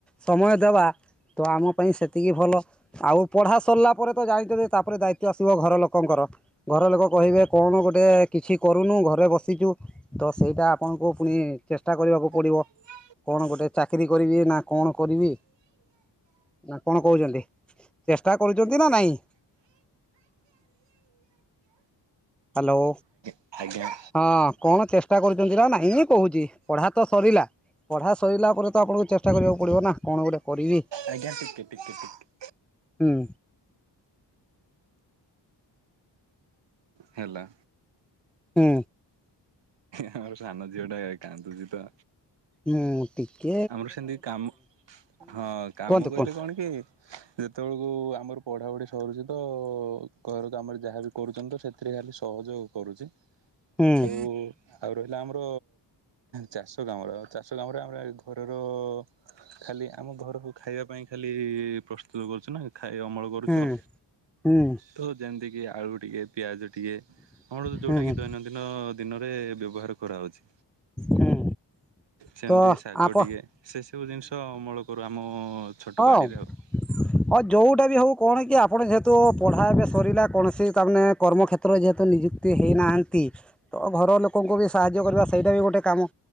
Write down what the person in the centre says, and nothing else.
ସମୟ ଦେବା ତ ଆମ ପାଇଁ ସେତିକି ଭଲ। ଆଉ ପଢା ସରିଲା ପରେ ତ ଜାଣିଛ ଯେ ତାପରେ ଦାୟିତ୍ଵ ଆସିବ ଘର ଲୋକଙ୍କର ଘର ଲୋକ କହିବେ କଣ ଗୋଟେ କିଛି କରୁନୁ ଘରେ ବସିଛୁ। ତ ସେଇଟା ଆପଣଙ୍କୁ ପୁଣି ଚେଷ୍ଟା କରିବାକୁ ପଡିବ।
କଣ ଗୋଟେ ଚାକିରରି କରିବି ନା କଣ କରିବି। ନା କଣ କହୁଛନ୍ତି ଚେଷ୍ଟା କରୁଛନ୍ତି ନା ନାଇଁ? ହ୍ୟାଲୋ।
ହଁ କଣ ଚେଷ୍ଟା କରୁଛନ୍ତି ନା ନାଇଁ କହୁଛି ପଢା ତ ସରିଲା ପଢା ସରିଲା ପରେ ତ ଆପଣଙ୍କୁ ଚେଷ୍ଟା କରିବାକୁ ପଡିବ ନା କଣ ଗୋଟେ କରିବି।
ହୁଁ।
ହୁଁ।
ମୁଁ ଟିକି
କୁହନ୍ତୁ
କୁହନ୍ତୁ
ହୁଁ
ହୁଁ ହୁଁ
ହୁଁ
ହୁଁ
ତ
ଆପ
ହଁ।
ଅ ଯୋଉଟା ବି ହଉ କଣ କି ଆପଣ ଯେହେତୁ ପଢା ଏବେ ସରିଲା କୌଣସି ତାମାନେ କର୍ମକ୍ଷେ ତ୍ର ଯେହେତୁ ନିଯୁକ୍ତି ହେଇନାହାନ୍ତି ତ ଘର ଲୋକଙ୍କୁ ବି ସାହାଯ୍ୟ କରିବା ସେଇଟା ବି ଗୋଟେ କାମ।